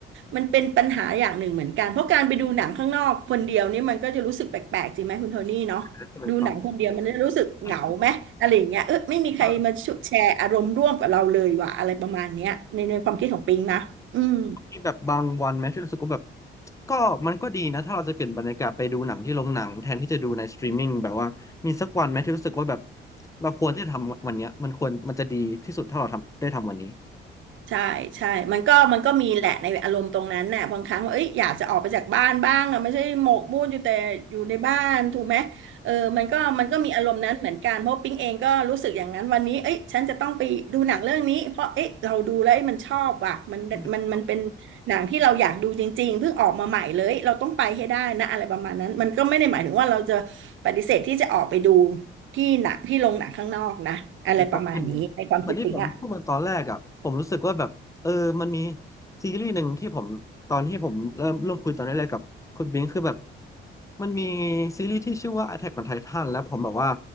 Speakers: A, on the right (about 75°); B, on the left (about 15°).
A: มันเป็นปัญหาอย่างหนึ่งเหมือนกันเพราะการไปดูหนังข้างนอกคนเดียวนี่มันก็จะรู้สึกแปลกๆจริงไหมคุณโทนี่เนาะดูหนังคนเดียวมันจะรู้สึกเหงาไหม
B: ใช่ไหมครับแล้
A: อะไรอย่างเงี้ยเออไม่มีใครมาแชร์อารมณ์ร่วมกับเราเลยว่ะอะไรประมาณเนี้ยในในความคิดของปิงนะอืม
B: ว มีแบบบางวันไหมที่รู้สึกว่าแบบก็มันก็ดีนะถ้าเราจะเปลี่ยนบรรยากาศไปดูหนังที่โรงหนังแทนที่จะดูในสตรีมมิ่งแบบว่ามีสักวันไหมที่รู้สึกว่าแบบเราควรที่จะทำวันเนี้ยมันควรมันจะดีที่สุดถ้าเราทำได้ทำวันนี้
A: ใช่ใช่มันก็มันก็มีแหละในอารมณ์ตรงนั้นน่ะบางครั้งเอ้ยอยากจะออกไปจากบ้านบ้างอะไม่ใช่หมกมุ่นอยู่แต่อยู่ในบ้านถูกไหมเออมันก็มันก็มีอารมณ์นั้นเหมือนกันเพราะปิ๊งเองก็รู้สึกอย่างนั้นวันนี้เอ้ยฉันจะต้องไปดูหนังเรื่องนี้เพราะเอ้ยเราดูแล้วเอ้ยมันชอบว่ะมันมันมันเป็น
B: อืม
A: หนังที่เราอยากดูจริงๆเพิ่งออกมาใหม่เลยเราต้องไปให้ได้นะอะไรประมาณนั้นมันก็ไม่ได้หมายถึงว่าเราจะปฏิเสธที่จะออกไปดูที่หนังที่โรงหนังข้างนอกนะอะไรประมาณนี้ในความคิดปิ๊งอ่ะ
B: นะครับเป็นเหมือนที่ผมพูดมาตอนแรกอ่ะผมรู้สึกว่าแบบเออมันมีซีรีส์หนึ่งที่ผมตอนที่ผมเริ่มเริ่มคุยตอนแรกๆกับคุณบิงคือแบบมันมีซีรีส์ที่ชื่อว่า Attack on Titan แล้วผมแบบว่า